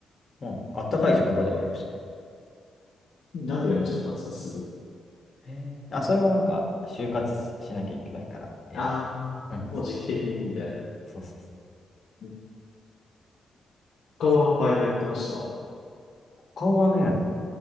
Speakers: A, on the left; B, on the left.
A: もう、あったかい職場ではありましたね。
B: うんなんで辞めちゃったんですか、すぐ。
A: へーあ、それはなんか、就活しなきゃいけないから、やめてしまった。
B: ああ、もう時期的に、
A: うん、
B: みたいな。
A: そうそうそうそう。
B: うん他はバイトやってました。
A: ですけど
B: う
A: 他はね、